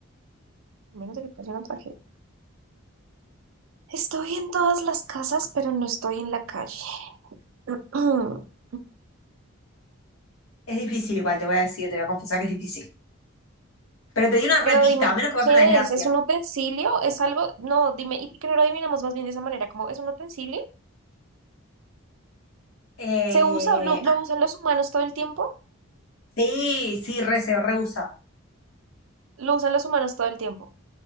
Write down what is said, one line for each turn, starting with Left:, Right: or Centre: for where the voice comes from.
Right: A menos de que pase una tragedia. Estoy en todas las casas, pero no estoy en la calle. <clears throat>
Left: Es difícil igual, te voy a decir, te voy a confesar que es difícil. Pero te di una repista,
Right: Pero dime,
Left: a menos que pase
Right: ¿qué
Left: una desgracia.
Right: es? ¿Es un utensilio? ¿Es algo? No, dime, ¿y por qué no lo adivinamos más bien de esa manera? Como, ¿es un utensilio?
Left: Eh,
Right: ¿Se usa? ¿Lo, lo
Left: ah,
Right: usan los humanos todo el tiempo?
Left: sí, sí, re, se rehúsa.
Right: Lo usan los humanos todo el tiempo,